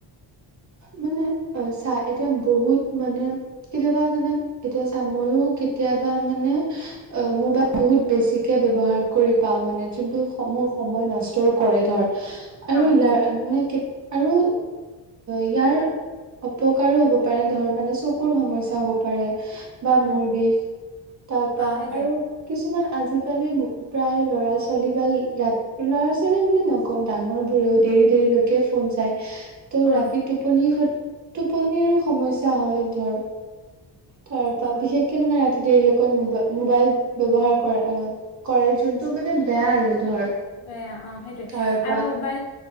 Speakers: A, on the right; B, on the left.
A: মানে অঁ চা এতিয়া বহুত মানে কেতিয়াবা মানে এতিয়া চা মইও কে কেতিয়াবা মানে অঁ মোবাইল বহুত বেছিকে ব্যৱহাৰ কৰি পাও মানে যোনটো মোৰ সময় নষ্টও কৰে ধৰ আৰু
B: সেইটোৱে
A: ইয়াৰ মানে আৰু ইয়াৰ অপকাৰো হ'ব পাৰে ধৰ মানে চকুৰ সমস্যা হ'ব পাৰে। বা
B: উম
A: মূৰ বিষ তাৰপা
B: অ সেইটোৱে
A: আৰু কিছুমান আজিকালি ব প্ৰায় ল'ৰা ছোৱালীকাল ৰা ল'ৰা ছোৱালী বুলি নকওঁ ডাঙৰ বোৰেও দে দেৰি দেৰি লৈকে ফোন চাই ত
B: উম
A: ৰাতি টোপনিৰ টোপনিৰো খ সমস্যা হয় ধৰ। তাৰ
B: অ
A: পৰা বিশেষকে মানে ৰা দেৰিলৈকে মবাই মোবাইল ব্যৱহাৰ কৰে কৰে যোনটো মানে বেয়া আৰু। ধৰ
B: বেয়া অঁ সেইটোৱেই
A: তাৰ পৰা
B: আৰু মোবাইল